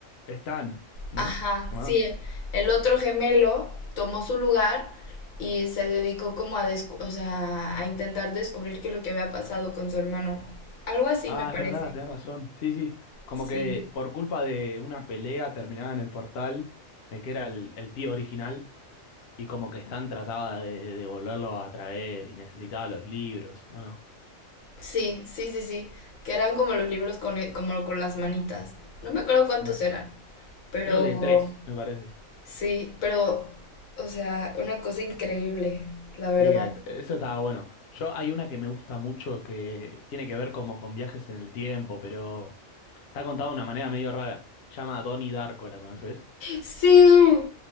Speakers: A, on the left; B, on the left.
A: Stan, ¿no?
B: Ajá,
A: Se llamaba.
B: sí, el el otro gemelo tomó su lugar y se dedicó como a, descu- o sea, a intentar descubrir qué es lo que había pasado con su hermano. Algo así
A: Ah,
B: me parece.
A: es verdad, tenés razón. Sí, sí. Como
B: Sí.
A: que por culpa de una pelea terminada en el portal, el que era el, el tío original, Y como que Stan trataba de, de volverlo a traer y necesitaba los libros, ¿o no?
B: Sí, sí, sí, sí. Que eran como los libros con, e- como con las manitas. No me acuerdo cuántos
A: Eh,
B: eran, pero
A: creo que tres, me parece.
B: sí, pero, o sea, una cosa increíble, la verdad.
A: Sí, ahí eso estaba bueno. Yo hay una que me gusta mucho que tiene que ver como con viajes en el tiempo, pero está contada de una manera medio rara. Llama Donnie Darko, ¿la conoces?
B: Sí,